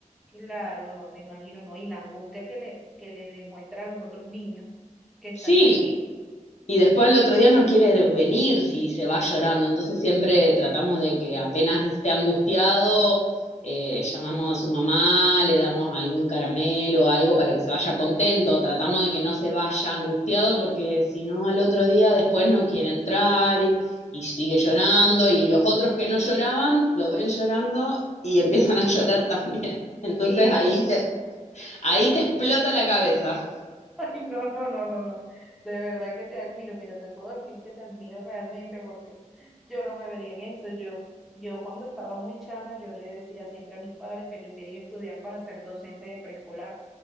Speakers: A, in the centre; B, on the left.
A: Claro, no, me imagino, no, y la angustia que le, que le demuestra a los otros niños que están
B: Sí,
A: allí. <laughs>
B: Y después al otro día no quiere venir si se va llorando. Entonces siempre tratamos de que apenas esté angustiado, eh, llamamos a su mamá, le damos algún caramelo, o algo para que se vaya contento. Tratamos de que no se vaya angustiado porque si no al otro día después no quiere entrar y, y sigue llorando. Y los otros que no lloraban lo ven llorando y <laughs> empiezan a llorar también. Entonces
A: Y,
B: ahí te, ahí te explota la cabeza.
A: ay, no, no, no, no, no, de verdad que te admiro, mira, te puedo decir que te admiro realmente porque yo no me vería en eso, yo, yo cuando estaba muy chama, yo le decía siempre a mis padres que yo quería estudiar para ser docente de preescolar,